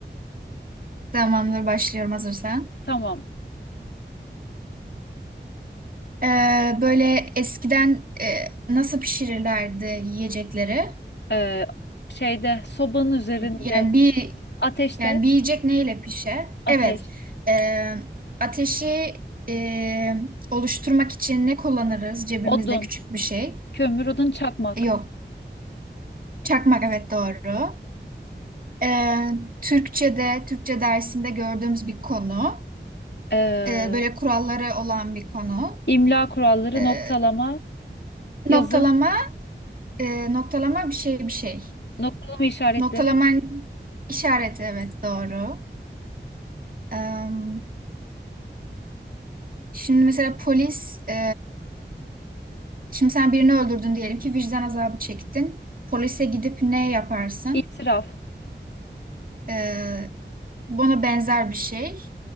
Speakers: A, on the right; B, on the left.
A: Tamamdır başlıyorum hazırsan.
B: <laughs> Tamam.
A: Ee, böyle eskiden e, nasıl pişirirlerdi yiyecekleri?
B: E, şeyde sobanın üzerinde
A: Yani bir
B: ateşte
A: yani bir yiyecek neyle pişer?
B: ateş,
A: Evet. Ee, ateşi e, oluşturmak için ne kullanırız? Cebimizde
B: odun,
A: küçük bir şey.
B: kömür, odun, çakmak.
A: Yok. Çakmak evet doğru. Ee, Türkçe'de, Türkçe dersinde gördüğümüz bir konu.
B: E,
A: Ee, böyle kuralları olan bir konu.
B: İmla kuralları,
A: Ee,
B: noktalama,
A: noktalama,
B: yazım,
A: e, noktalama bir şey bir şey.
B: noktalama işaretleri,
A: Noktalaman işareti evet doğru. Ee, şimdi mesela polis, e, şimdi sen birini öldürdün diyelim ki vicdan azabı çektin. Polise gidip ne yaparsın?
B: itiraf,
A: Ee, buna benzer bir şey.